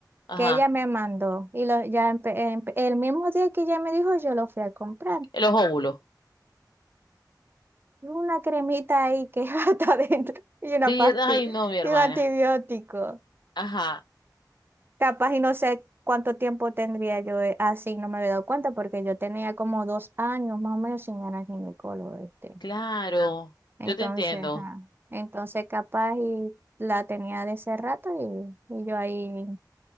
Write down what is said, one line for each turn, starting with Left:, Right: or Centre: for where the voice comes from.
Left: Ajá,
Right: que ella me mandó. Y lo, ya empe- empe- el mismo día que ella me dijo, yo lo fui a comprar.
Left: en los óvulos.
Right: Y Una cremita ahí que <laughs> está adentro y una
Left: Vi-
Right: pastilla
Left: Ay, no, mi hermana.
Right: y un antibiótico.
Left: Ajá,
Right: Capaz y no sé cuánto tiempo tendría yo eh, así, no me había dado cuenta porque yo tenía como dos años más o menos sin ganar ginecólogo este.
Left: claro,
Right: Entonces,
Left: yo te entiendo.
Right: ajá. Entonces capaz y la tenía de ese rato y, y yo ahí